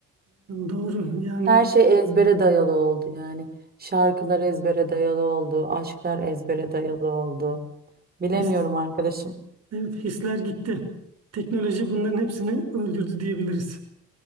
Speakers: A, on the right; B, on the right.
A: doğru. Yani
B: Her şey ezbere dayalı oldu yani. Şarkılar ezbere dayalı oldu, aşklar ezbere dayalı oldu. Bilemiyorum
A: his,
B: arkadaşım.
A: evet hisler gitti. Teknoloji bunların hepsini öldürdü diyebiliriz.